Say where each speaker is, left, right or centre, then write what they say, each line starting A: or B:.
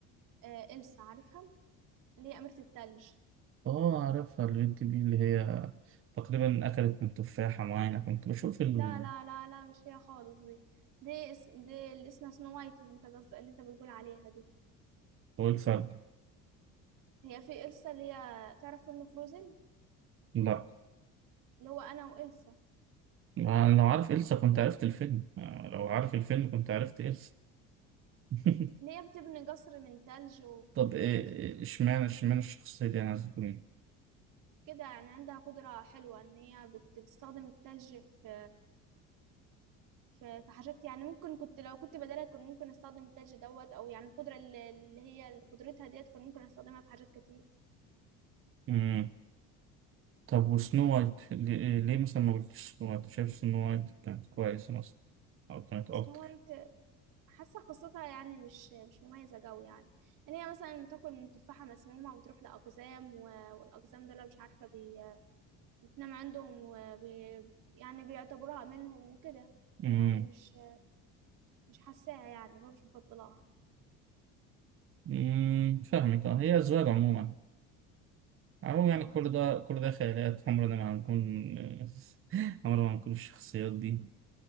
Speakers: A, on the right; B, on the right.
A: آه، إلسا عارفها اللي هي أميرة التلج
B: اه عارفها البنت دي اللي هي تقريبا اكلت من تفاحة معينة كنت بشوف ال...
A: لا لا لا لا مش هي خالص دي دي اسم دي اللي اسمها سنو وايت اللي انت قصد اللي انت بتقول عليها دي
B: هو الفرق
A: هي في إلسا اللي هي تعرف فيلم فروزن
B: لا
A: اللي هو أنا وإلسا
B: ما أنا لو عارف إلسا كنت عرفت الفيلم آه، لو
A: اه
B: عارف الفيلم كنت عرفت إلسا <laughs>
A: اللي هي بتبني قصر من تلج وبتروح
B: طب
A: تقعد
B: إيه
A: فيه
B: إيه- اشمعنى
A: وك-
B: اشمعنى الشخصية دي أنا عايز تكون إيه؟
A: كده يعني عندها قدرة حلوة إن هي بت- بتستخدم التلج في ف- فحاجات يعني ممكن كنت لو كنت بدالها كان ممكن استخدم التاج دوت او يعني القدره اللي اللي هي اللي قدرتها ديت كان ممكن استخدمها في حاجات كتير
B: مم. طب وسنو وايت ليه ليه مثلا ما قلتش سنو وايت شايف سنو وايت كانت كويسة مثلا أو كانت أفضل
A: سنو وايت حاسه قصتها يعني مش مش مميزه قوي يعني ان هي مثلا بتاكل من تفاحه مسمومه وبتروح لاقزام و- والاقزام دول مش عارفه بي... بتنام عندهم وبي... يعني بيعتبروها منهم وكده
B: مم.
A: يعني مش مش حاساها يعني اللي هو مش مفضلاها
B: مم. فاهمك أه هي أذواق عموما عموما يعني
A: اه
B: كل
A: اظن
B: ده كل ده خيالات عمرنا ما هنكون <laughs> عمرنا ما هنكون الشخصيات دي